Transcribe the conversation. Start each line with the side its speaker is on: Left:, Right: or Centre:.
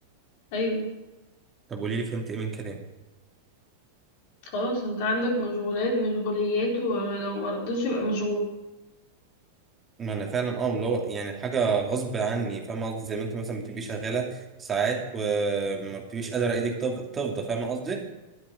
Left: ايوه
Right: طب قولي لي فهمت ايه من كلامي
Left: خلاص انت عندك مشغولات مشغوليات ولو مرضتش يبقى مشغول
Right: ما انا فعلا اه اللي هو يعني حاجه غصب عني فاهمه قصدي زي ما انت مثلا بتبقي شغاله ساعات وما بتبقيش قادره ايدك تف- تفضى فاهمه قصدي